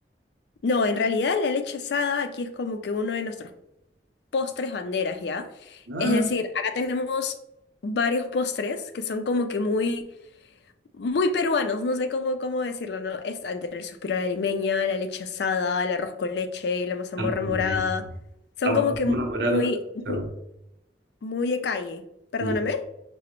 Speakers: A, on the left (about 65°); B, on the right (about 75°).
A: No, en realidad la leche asada aquí es como que uno de nuestros postres banderas, ¿ya?
B: Ah,
A: Es decir, acá tenemos varios postres que son como que muy, muy peruanos, no sé cómo, cómo decirlo, ¿no? Es entre el suspiro a la limeña, la leche asada, el arroz con leche la mazamorra
B: Argentina.
A: morada. Son
B: Ah, mazamorra
A: como que
B: morada
A: muy,
B: nunca había escuchado.
A: muy, muy de calle. Perdóname.
B: Ya.